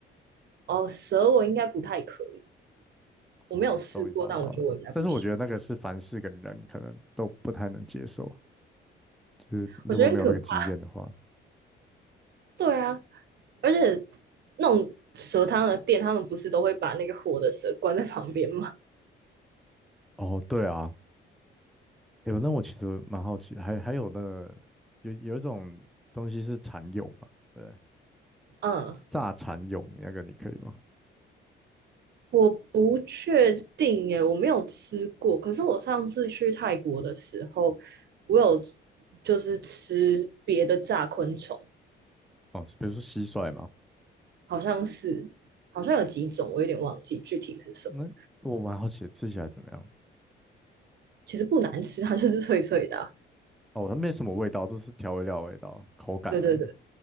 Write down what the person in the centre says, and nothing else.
哦，终于找到了。
但是我觉得那个是凡是个人可能都不太能接受，就是如果没有那个经验的话。
哦，对啊，有，那我其实蛮好奇的，还还有的有有一种东西是蚕蛹嘛，对，
炸蚕蛹那个你可以吗？
哦，比如说蟋蟀嘛，
那我蛮好奇的吃起来怎么样？
哦，它没什么味道，都是调味料的味道，口感而已。